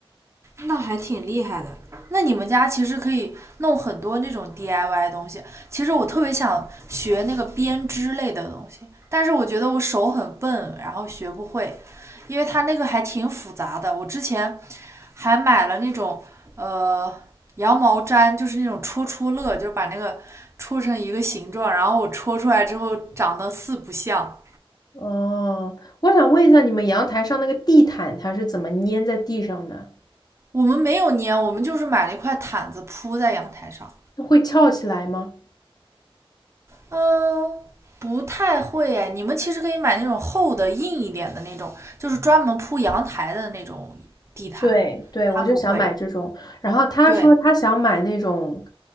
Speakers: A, on the right; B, on the left.
A: 那还挺厉害的。那你们家其实可以弄很多那种 DIY 东西。其实我特别想学那个编织类的东西，但是我觉得我手很笨，然后学不会，因为它那个还挺复杂的。我之前还买了那种呃羊毛毡，就是那种戳戳乐，就是把那个戳成一个形状，然后我戳出来之后长得四不像。
B: 哦，我想问一下，你们阳台上那个地毯它是怎么粘在地上的？
A: 我们没有粘，我们就是买了一块毯子铺在阳台上。
B: 会翘起来吗？
A: 嗯，不太会哎。你们其实可以买那种厚的、硬一点的那种，就是专门铺阳台的那种地毯。
B: 对对，
A: 它不会。
B: 我就想买这种。然后他说他想买那种，
A: 对，